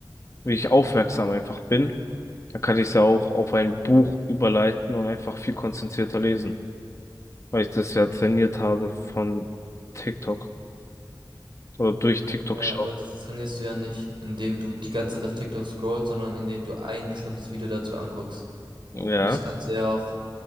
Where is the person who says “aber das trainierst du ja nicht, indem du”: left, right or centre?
Right